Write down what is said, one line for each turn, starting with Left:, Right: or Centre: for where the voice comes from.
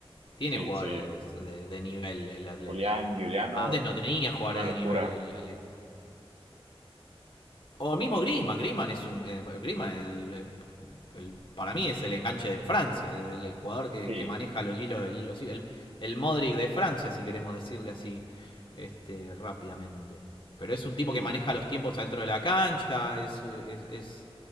Left: Tiene
Right: sí,
Left: jugadores
Right: sí.
Left: de, de nivel el Atleti.
Right: Julián Giuliano,
Left: Antes no tenía jugadores
Right: una locura.
Left: de nivel el Atleti. O mismo Griezmann, Griezmann es un eh, Griezmann el, el- el, para mí es el enganche de Francia, el, el- el jugador que,
Right: Sí,
Left: que maneja los hilos el, hilo- sí, el, el Modric de Francia, si queremos decirle así este rápidamente. Pero es un tipo
Right: sí,
Left: que maneja los tiempos adentro de la cancha, es, es- es-